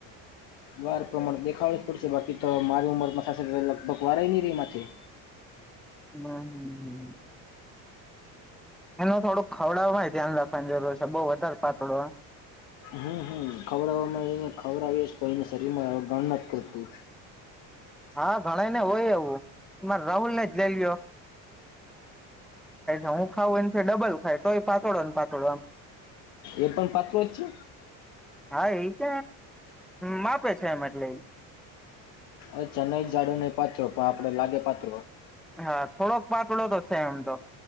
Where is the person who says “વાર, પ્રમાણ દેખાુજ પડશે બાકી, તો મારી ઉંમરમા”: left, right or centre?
Left